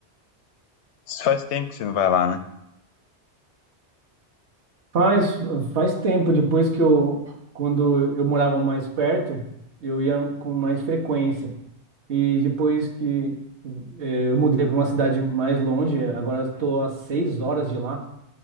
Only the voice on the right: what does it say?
Faz, faz tempo, depois que eu, quando eu morava mais perto, eu ia com mais frequência. E depois que eh, eu mudei para uma cidade mais longe, agora estou a seis horas de lá,